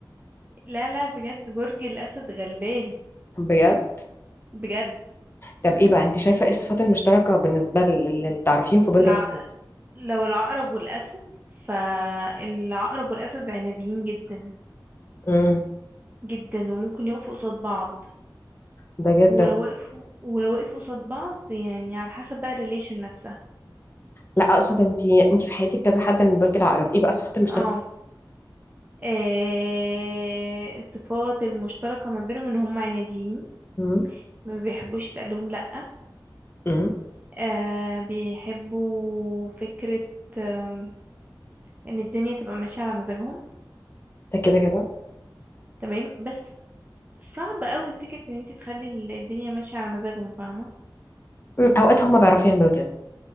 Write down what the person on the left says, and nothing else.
بجد
طب ايه بقى انت شايفه ايه الصفات المشتركه بالنسبه للتعرفيهم في برج
العقرب
امم
ده جدا
لا اقصد انت انت في حياتك كذا حد من برج العقرب ايه بقى الصفات المشتركه
امم
امم
ده كده كده
مم، اوقات هم بيعرفوا يعملوا كده